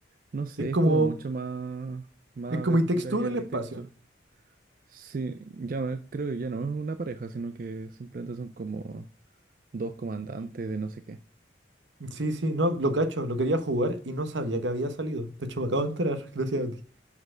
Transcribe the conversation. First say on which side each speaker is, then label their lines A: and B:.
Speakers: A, on the right (about 45°); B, on the right (about 80°).
A: No sé,
B: Es como.
A: es como mucho más, más
B: Es como
A: aventura
B: It Takes Two
A: que
B: en
A: el
B: el espacio.
A: texto. Sí, ya no es- creo que ya no es una pareja, sino que simplemente son como dos comandantes de no sé qué.
B: Sí, sí, no, lo cacho, lo quería jugar y no sabía que había salido. De hecho, me acabo de enterar, <laughs> gracias a ti.